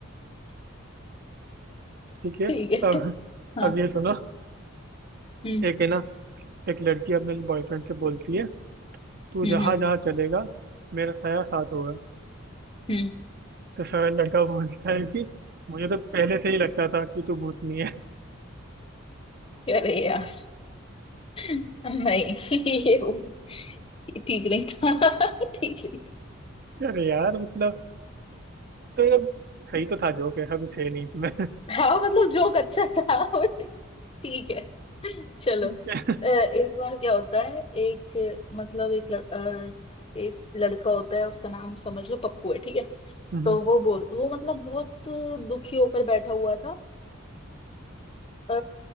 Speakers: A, on the right; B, on the left.
A: ठीक है
B: ठीक
A: अब
B: है हाँ
A: अब ये सुनो
B: हम्म
A: एक है ना एक लड़की अपने बॉयफ्रेंड से बोलती है तू
B: हम्म
A: जहाँ
B: हम्म
A: जहाँ चलेगा मेरा साया साथ होगा
B: हम्म।
A: तो सर लड़का बोलता है कि मुझे तो पहले से ही लगता था कि तू भूतनी है
B: अरे यार नहीं ये वो- ये ठीक नहीं था <laughs> ठीक नहीं
A: <laughs> अरे यार मतलब तो ये सही तो था जोक ऐसा कुछ है नहीं इसमें
B: था हाँ मतलब जोक अच्छा था बट ठीक है <laughs> चलो
A: ठीक है
B: अ, एक बार क्या होता है एक मतलब एक लड़, अ, एक लड़का होता है उसका नाम समझ लो पप्पू है ठीक है
A: हम्म,
B: तो वो बोल वो मतलब बहुत दुखी होकर बैठा हुआ था अ,